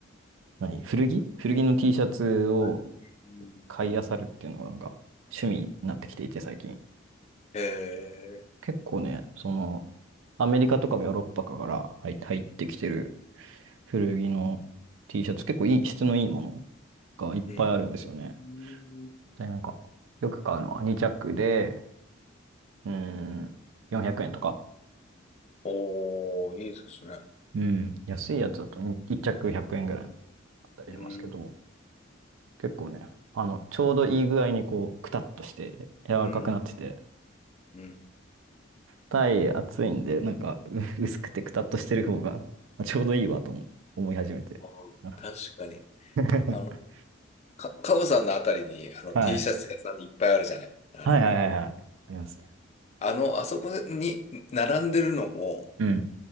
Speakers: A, on the right; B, on the left.
A: 何古着古着の T シャツを
B: はい。うん
A: 買い漁るっていうのがなんか趣味になってきていて最近。
B: へ
A: 結構ね、そのアメリカとかヨーロッパから入入ってきてる古着の T シャツ結構いい質のいいものがいっぱいあるんですよね。
B: うん。
A: で、なんかよく買うのは2着で、うーん、400円とか。
B: おーいいですね。
A: うん。安いやつだと1着100円ぐらいだったりしますけど、
B: うん。
A: 結構ね、あの、ちょうどいい具合にこう、くたっとして柔らかくなってて、
B: うん。うん。
A: たい、暑いんで、なんか、<laughs> う薄くてくたっとしてる方が、まあ、ちょうどいいわとも思い始めて。
B: あー確かに。
A: あ <laughs>
B: あの、か、カオさんのあたりに、あの、
A: はい。
B: T シャツ屋さんいっぱいあるじゃない。あの、
A: はいはいはいはい。ありますね。
B: あの、あそこに並んでるのも、
A: うん。